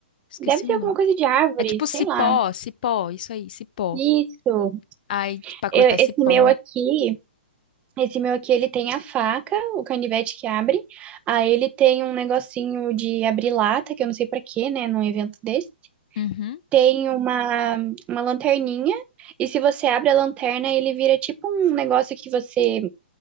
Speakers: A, on the left; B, on the right.
A: Esqueci
B: deve ser
A: o nome.
B: alguma coisa de árvore,
A: É tipo cipó,
B: sei lá.
A: cipó, isso aí, cipó.
B: Isso.
A: Aí, pra cortar
B: Eu- esse
A: cipó.
B: meu aqui. Esse meu aqui, ele tem a faca, o canivete que abre. Aí ele tem um negocinho de abrir lata, que eu não sei pra quê, né, num evento desse.
A: Uhum.
B: Tem uma, uma lanterninha. E se você abre a lanterna, ele vira tipo um negócio que você...